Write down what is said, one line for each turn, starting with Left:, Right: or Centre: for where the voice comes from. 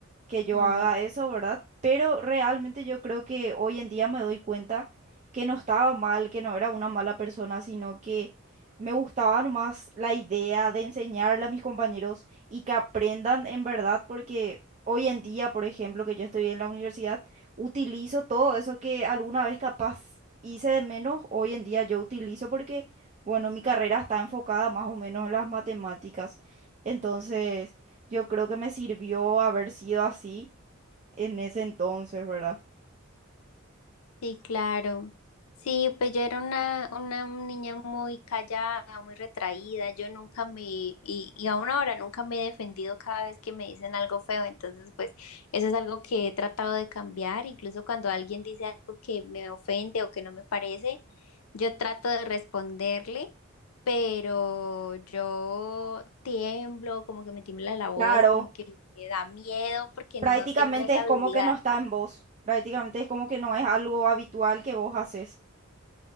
Right: que yo
Left: Mm.
Right: haga eso, ¿verdad? Pero realmente yo creo que hoy en día me doy cuenta que no estaba mal, que no era una mala persona, sino que me gustaba nomás la idea de enseñarle a mis compañeros y que aprendan en verdad, porque hoy en día, por ejemplo, que yo estoy en la universidad, utilizo todo eso que alguna vez capaz hice de menos, hoy en día yo utilizo porque, bueno, mi carrera está enfocada más o menos en las matemáticas. Entonces... Yo creo que me sirvió haber sido así en ese entonces, ¿verdad?
Left: Sí, claro. Sí, pues yo era una, una niña muy callada, muy retraída. Yo nunca me, y, y aún ahora nunca me he defendido cada vez que me dicen algo feo. Entonces, pues eso es algo que he tratado de cambiar. Incluso cuando alguien dice algo que me ofende o que no me parece, yo trato de responderle, pero yo tiemblo, como que me tiembla la voz,
Right: Claro,
Left: como que me da miedo porque
Right: prácticamente
Left: no tengo esa
Right: es
Left: habilidad.
Right: como que no está en vos, prácticamente es como que no es algo habitual que vos haces,